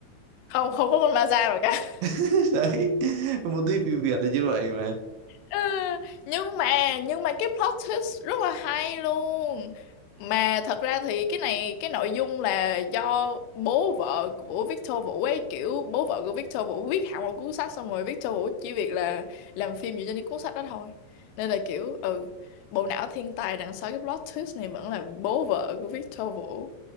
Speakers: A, on the left; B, on the right.
A: không không có con maza rồi cả
B: <laughs> đấy một tí phim Việt thì như vậy mà
A: Ờ, nhưng mà nhưng mà cái plot twist rất là hay luôn mà thật ra thì cái này cái nội dung là do bố vợ của Victor Vũ ấy kiểu bố vợ của Victor Vũ viết hẳn một cuốn sách xong rồi Victor Vũ chỉ việc là làm phim dựa trên cái cuốn sách đó thôi nên là kiểu ừ bộ não thiên tài đằng sau cái plot twist này vẫn là bố vợ của Victor Vũ